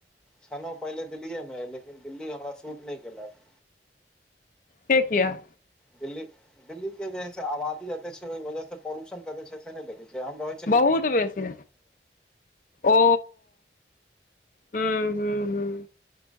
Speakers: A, in the centre; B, on the left.
A: छनो पहिले दिल्लीए मे हय, लेकिन दिल्ली हमरा शूट नहि केलक।
B: से किया
A: दिल्ली दिल्ली के जे आबादी एते छै, ओहि वजहसँ पॉल्यूशन कते छै, से नहि देखैत छी, हम रहैत छी।
B: बहुत बेसी ओ ह ह